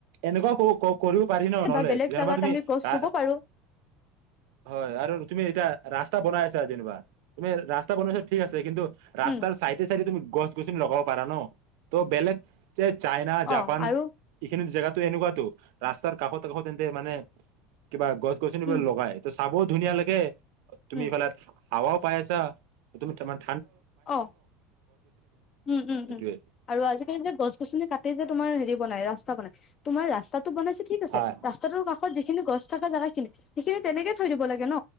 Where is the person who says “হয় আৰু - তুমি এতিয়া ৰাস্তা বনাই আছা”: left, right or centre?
Right